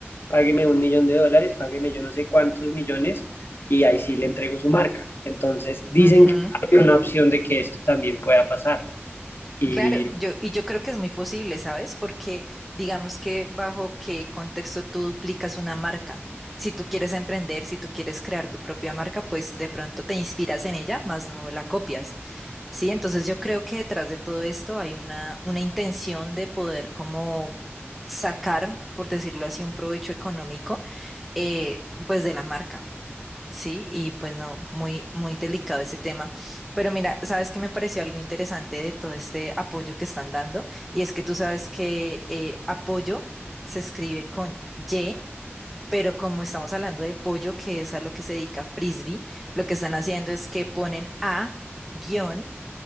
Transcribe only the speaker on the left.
págueme un millón de dólares, págueme yo no sé cuántos millones y ahí sí le entrego su marca. Entonces dicen
que hay una opción de que esto también pueda pasar y